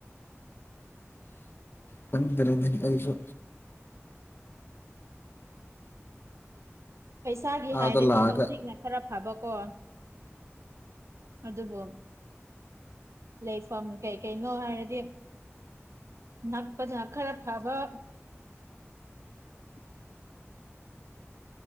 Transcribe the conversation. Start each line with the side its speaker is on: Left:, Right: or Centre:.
Left: ꯈꯪꯗꯔꯦꯗꯥ ꯑꯩꯁꯨ
Right: ꯄꯩꯁꯥꯒꯤ
Left: ꯑꯥꯗ
Right: ꯍꯥꯏꯔꯗꯤ
Left: ꯂꯥꯛꯑꯒ
Right: ꯍꯧꯖꯤꯛꯅ ꯈꯔ ꯐꯕꯀꯣ ꯑꯗꯨꯕꯨ ꯂꯩꯐꯝ ꯀꯩ ꯀꯩꯅꯣ ꯍꯥꯏꯔꯗꯤ ꯅꯛꯄꯗꯅ ꯈꯔ ꯐꯕ <inaudible>